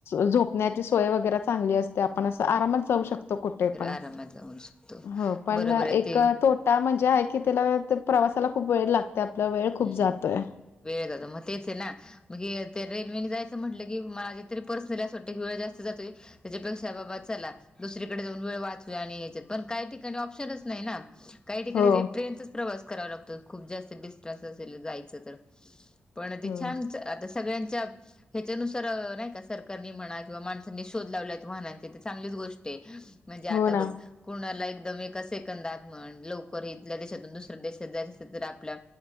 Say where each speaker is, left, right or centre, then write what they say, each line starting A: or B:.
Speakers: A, on the left; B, on the left.
A: झोप ण्याची सोय वगैरे चांगली असते आपण असं आरामात जाऊ शकतो कुठे
B: तर
A: पण.
B: आरामात जाऊन शकतो
A: हो पण
B: बरोबर
A: एक
B: आहे ते
A: तो त्या म्हणजे आहे की त्याला ते प्रवासाला खूप वेळ लागते आपला वेळ खूप
B: हम्म.
A: जातोय.
B: वेळ जातो म तेच हैना. मग ये ते रेल्वेनी जायचं म्हटलं की, मला तरी पर्सनली असं वाटतं की वेळ जास्त जातोय. त्याच्यापेक्षा बाबा चला दुसरीकडे जाऊन वेळ वाचूया आणि याच्यात पण काही ठिकाणी ऑप्शनच नाही ना. काही ठिकाणी
A: हो
B: ते ट्रेनचाच प्रवास करावा लागतो खूप जास्त डिस <unintelligible> असेल जायचं तर पण ते
A: हो
B: छान च आता सगळ्यांच्या ह्याच्यानुसार अ नाही का सरकारनी म्हणा किंवा माणसांनी शोध लावल्यायेत वाहनांचे ते चांगलीच गोष्ट आहे. म्हंजे आता
A: हो ना
B: बघ कुणाला एकदम एका सेकंदात म्हण लवकर इथल्या देशातून दुसऱ्या देशात जायच असेल तर आपल्या